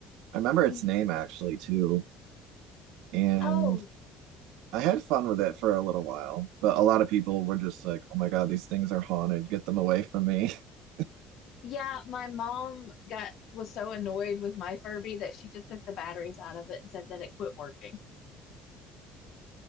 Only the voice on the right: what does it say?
I remember its
name actually too. And
I had fun with it for a little while, but a lot of people were just like, oh my God, these things are haunted. Get them away from me. <laughs>